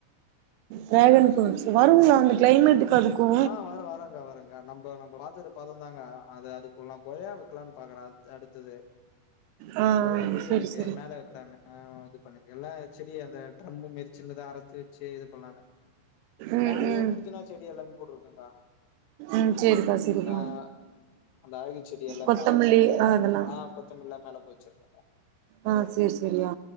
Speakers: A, on the right; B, on the left.
A: டிராகன் ஃப்ரூட்ஸ் வருங்களா அந்த கிளைமேட்டுக்கு அதுக்கு
B: ஆ வரு வருங்கா வருங்கா நம்ப நம்ப பாத்துக்ர பதந்தா அது அது போல் நா கொயா வெக்லான் பாக்குற அடுத்தது
A: ஆ
B: கொயாக்கீஇருக்கு
A: செரி செரி
B: மேல வக்லான்னு இது பண்ணு எல்லா செடி அந்த ட்ரம் மெரி சின்னதா அறுத்து வச்சு இது பண்லானு
A: ம்
B: மேலயே
A: ம்
B: புதினா செடி எல்லாமே போட்ருக்கங்கா
A: ம் செரிப்பா
B: புதினா
A: செரிப்பா
B: அந்த அருகி செடி எல்லாமெ
A: கொத்தமல்லி
B: மேல இருக்குக்கா
A: ஆ அதெல்லா
B: ஆ கொத்தமல்லா மேல போய்ச்சிருக்கங்கா
A: ஆ செரி செரியா